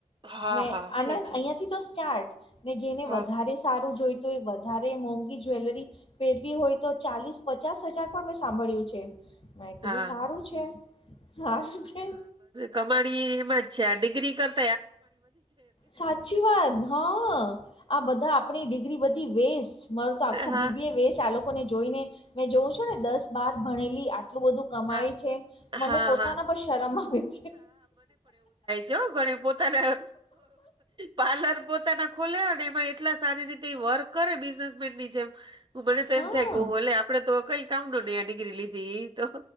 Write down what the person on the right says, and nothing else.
હા
હા
છે છે
હા.
હા.
કમાડીમાં છે ડિગ્રી કરતા
હા
હા
હા
હા.
જો ઘણી પોતાના પાર્લર પોતાના ખોલ ને એમાં એટલા સારી રીતે વર્ક કરે બિઝનેસમેન ની જેમ હું બને તો
એમ થાય કેલે આપડે તો કઈ કામ ન નહી આ ડિગ્રી લીધી તો